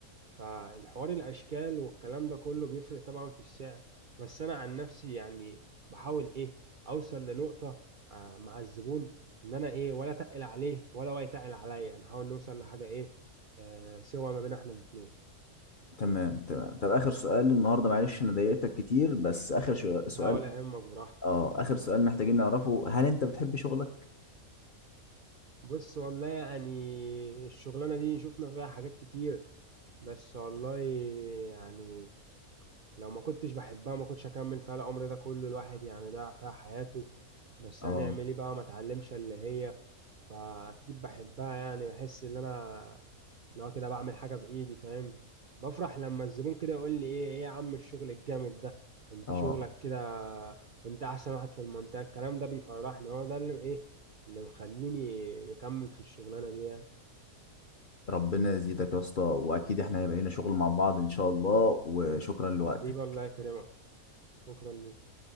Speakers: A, on the right; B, on the left.
A: فالحوار الاشكال والكلام ده كله بيفرق طبعا في السعر بس انا عن نفسي يعني بحاول ايه اوصل لنقطه آه، مع الزبون ان انا ايه ولا تقل عليه ولا هو يتقل عليا انا حاول نوصل لحاجه ايه آه سوا ما بين احنا الاتنين
B: تمام تمام طب آخر سؤال النهارده معلش أنا ضايقتك كتير بس آخر شو- سؤال
A: لا ولا يهمك براحتك
B: اه آخر سؤال محتاجين نعرفه هل أنت بتحب شغلك؟
A: بص والله يعني الشغلانه دي شفنا فيها حاجات كتير بس والله يعني لو ما كنتش بحبها ما كنتش هكمل فيها العمر ده كله الواحد يعني ضيع فيها حياته بس
B: اه
A: هنعمل ايه بقى ما اتعلمش اللي هي فاكيد بحبها يعني بحس ان انا لو كده بعمل حاجة بايدي فاهم بفرح لما الزبون كده يقول لي ايه ايه يا عم الشغل الجامد ده انت
B: اه
A: شغلك كده انت احسن واحد في المنطقة الكلام ده بيفرحني هو ده اللي ايه اللي مخليني مكمل في الشغلانة دي يعني.
B: ربنا يزيدك يا اسطى وأكيد احنا هيبقى لنا شغل مع بعض إن شاء الله وشكرا لوقتك
A: حبيبي الله يكرمك شكرا ليك